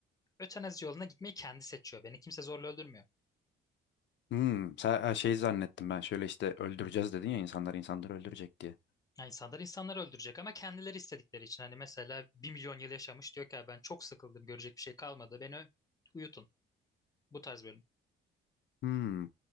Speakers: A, on the left; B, on the left.
A: ötenazi yoluna gitmeyi kendi seçiyor. Beni kimse zorla öldürmüyor.
B: Hmm, sen, ha, şey zannettim ben. Şöyle işte öldüreceğiz dedin ya insanlar insanları öldürecek diye.
A: Yani insanlar insanları öldürecek ama kendileri istedikleri için. Hani mesela bir milyon yıl yaşamış diyor ki "Ya ben çok sıkıldım görecek bir şey kalmadı. Beni ö- uyutun. Bu tarz bölüm.
B: Hmm,